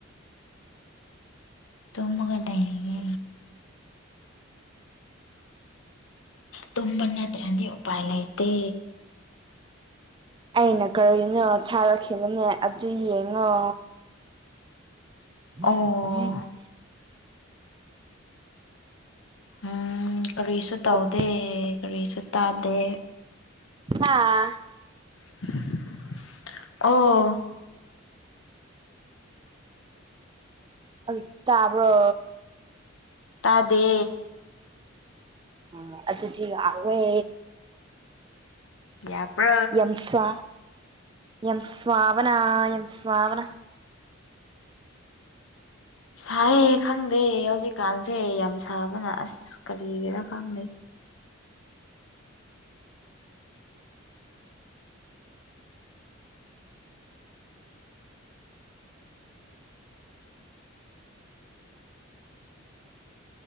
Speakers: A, on the left; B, on the right.
A: ꯇꯨꯝꯃꯒ ꯂꯩꯔꯤꯌꯦ꯫ ꯇꯨꯝꯕ ꯅꯠꯇ꯭ꯔꯗꯤ ꯎꯄꯥꯏ ꯂꯩꯥꯏꯇꯦ꯫
B: ꯑꯩꯅ ꯀꯔꯤꯅꯣ ꯊꯥꯔꯛꯈꯤꯕꯅꯦ ꯑꯗꯨ ꯌꯦꯡꯉꯣ꯫ ꯎꯝ
A: ꯑꯣ
B: ꯎꯝ꯫
A: ꯎꯝ ꯀꯔꯤꯁꯨ ꯇꯧꯗꯦ
B: ꯑꯗꯨ
A: ꯀꯔꯤꯁꯨ ꯇꯥꯗꯦ꯫
B: ꯍꯥꯥ꯫
A: ꯑꯣ꯫
B: ꯑꯗꯨ ꯇꯥꯕ꯭ꯔꯣ꯫
A: ꯇꯥꯗꯦ꯫
B: ꯑꯥ ꯑꯗꯨꯗꯤ ꯌꯥꯔꯦ꯫
A: ꯌꯥꯕ꯭ꯔꯣ꯫
B: ꯌꯥꯝ ꯁꯥ ꯌꯥꯝ ꯁꯥꯕꯅ ꯌꯥꯝ ꯁꯥꯕꯅ꯫
A: ꯁꯥꯏꯌꯦ ꯈꯪꯗꯦ ꯍꯧꯖꯤꯛꯀꯥꯟꯁꯦ ꯌꯥꯝ ꯁꯥꯕꯅ ꯑꯁ ꯀꯔꯤꯒꯤꯔꯥ ꯈꯪꯗꯦ꯫